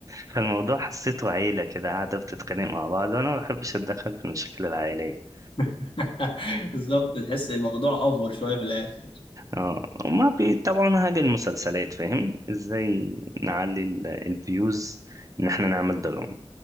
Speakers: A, on the right (about 30°); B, on the left (about 55°).
A: فالموضوع حسيته عيله كده قاعده بتتخانق مع بعض وانا ما بحبش اتدخل في المشاكل العائليه
B: <laughs> بالظبط تحس الموضوع افور شويه في الاخر
A: اه وما بيتابعونا حاجه المسلسلات فاهم ازاي نعلي ال- الفيوز ان احنا نعمل دراما